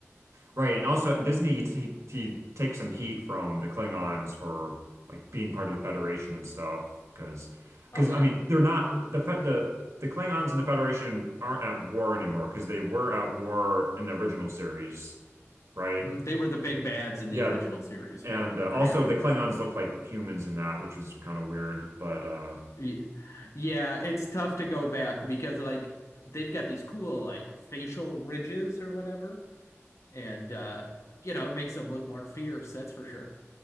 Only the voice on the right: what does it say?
right, and also at Disney he, he he takes some heat from the Klingons for like being part of the Federation and stuff because
because
I mean they're not the Fe- the the Klingons and the Federation aren't at war anymore because they were at war in the original series, right?
Yeah,
and
uh,
also
the Klingons look like humans in that, which is kind of weird, but uh.